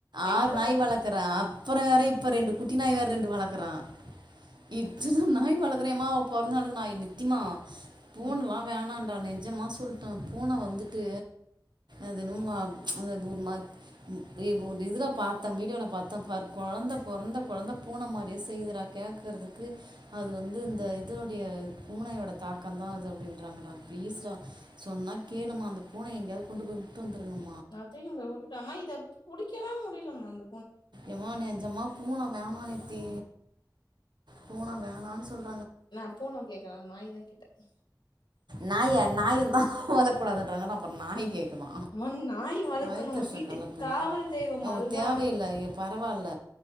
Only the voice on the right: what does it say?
ஆறு நாய்
வளக்குறான் அப்பற வேற இப்ப ரெண்டு குட்டி நாய் வேற ரெண்டு வளக்குறான் இதெல்லா நாய் வளக்குறியாமா உ பொறந்தநாளுக்கு நாய் இருந்துச்சு திம்மா பூனல்லா
வேணா நா நெஜமா சொல்லிட்டேன் பூன வந்துட்டு அதுலும்
வா அந்த மத் இது ஒரு இதுல பாத்தேன் வீடியோல பாத்தேன் பாரு கொழந்த பொறந்த கொழந்த பூன மாரியே செய்யுது கேட்கறதுக்கு அது வந்து இந்த இதோடைய பூனையோட தாக்கம் தான் அது அப்பிடின்றாங்கடா ப்ளீஸ்டா சொன்னா கேளுமா அந்த பூனைய எங்கேயாவது கொண்டு போய் வுட்டு வந்துரு வந்துடுங்கமா
எம்மா நெஜம்மா பூன வேணாநித்தி பூன வேனான்னு சொல்
நாய நாயுந்தா வளக்கூடதுன்றாங்கன்னா அப்புறோ நாய் கேக்குதா
வைதெறிச்சல
கெளப்புதுங்க
தேவையில்ல எ பரவால்ல